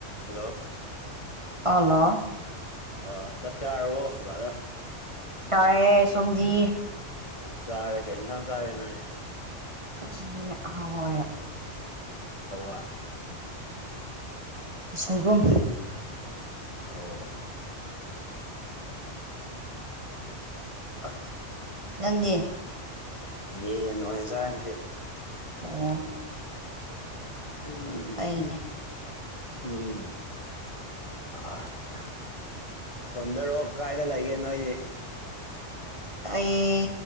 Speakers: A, on the left (about 30°); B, on the right (about 30°).
A: hello
B: ꯑꯂꯣ
A: ꯑ ꯆꯥꯛ ꯆꯥꯔꯕꯣ ꯕꯔꯗ꯭ꯔ
B: ꯆꯥꯔꯦ ꯁꯣꯝꯗꯤ
A: ꯑ ꯆꯥꯔꯦ ꯀꯩꯩ ꯑꯦꯟꯁꯥꯡ ꯆꯥꯔꯒꯦ ꯅꯣꯏꯗꯤ
B: ꯀꯁꯤ ꯍꯥꯎꯋꯦ
A: ꯍꯋꯥꯏ ꯍꯥꯎꯅꯤꯍꯦ
B: ꯁꯣꯏꯕꯨꯝ
A: ꯑꯣ ꯑ
B: ꯅꯪꯗꯤ
A: ꯌꯦꯟ ꯑꯣꯏꯅ ꯆꯥꯏ ꯉꯁꯤ
B: ꯑꯣ
A: ꯎꯝ
B: ꯐꯩꯅꯦ
A: ꯍꯨꯝ ꯎꯝ ꯑꯥꯏꯌꯥ ꯍꯣꯟꯗꯔꯑꯣ ꯀꯥꯏꯗ ꯂꯩꯒꯦ ꯅꯣꯏ
B: ꯑꯩꯌꯦ